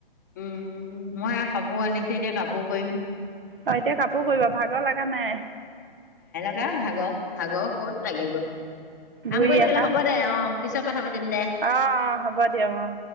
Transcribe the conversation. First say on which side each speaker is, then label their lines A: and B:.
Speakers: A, on the left (about 20°); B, on the right (about 65°).
A: উম, মই আৰু কাপোৰ আনিছো এতিয়া কাপোৰ কৰিম
B: অ' এতিয়া কাপোৰ কৰিবা ভাগৰ লগা নাই?
A: এ ভাগৰ ভাগৰ ক'ত লাগে গৈ কাম
B: ঘূৰি
A: কৰি থাকিলে
B: আহা
A: হ'ব দে অ' পিছত কথা পাতিম দে।
B: অঁ অঁ হ'ব দিয়ক অঁ